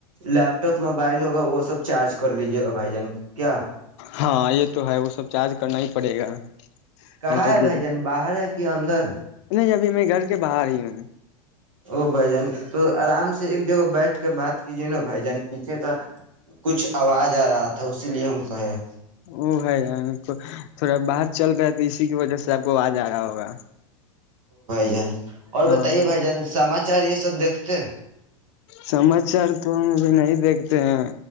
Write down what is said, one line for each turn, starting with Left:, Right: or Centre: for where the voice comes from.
Right: لیپٹاپ بائل ہوا وہ سب چارج کر لیجیے گا بھائی جان کیا
Left: ہاں یہ تو ہے وہ سب چارج کرنا ہی پڑے گا <inaudible>
Right: کہاں
Left: تو ابھی
Right: ہے بھائی جان باہر ہے کہ اندر
Left: نہیں ابھی میں گھر کے باہر ہی ہوں
Right: او بھائی جان تو آرام سے ایک بیٹھ کے بات کیجیے نا بھائی <inaudible> جن پیچھے کا کچھ آواز آ رہا تھا تھا اسی لیے ہم کہیں
Left: وہ ہے تھوڑا باہر چل رہا ہے تو اسی کی وجہ سے آپ کو آواز آ رہا ہوگا
Right: جن <inaudible> اور
Left: ہاں
Right: بتائیے بھائی جان سمج چار یہ سب دیکھتے
Left: سماچار تو ہم بھی نہیں دیکھتے ہیں